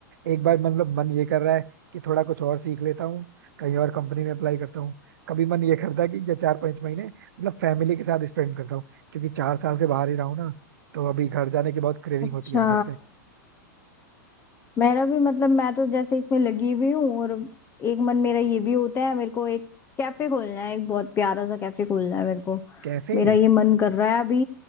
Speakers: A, on the right; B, on the left.
A: एक बार मतलब मन ये कर रहा है कि थोड़ा कुछ और सीख लेता हूँ कहीं और कंपनी में अप्लाई करता हूँ कभी मन ये करता है कि ये चार पांच महीने मतलब फैमिली के साथ स्पेंड करता हूँ क्योंकि चार साल से बाहर ही रहा हूँ ना तो अभी घर जाने की बहुत क्रेविंग
B: अच्छा
A: होती है अंदर से
B: मेरा भी मतलब मैं तो जैसे इसमें लगी हुई हूँ और एक मन मेरा ये भी होता है मेरे को एक कैफे खोलना है एक बहुत प्यारा सा कैफे खोलना है मेरे को
A: कैफे
B: मेरा ये मन कर रहा है अभी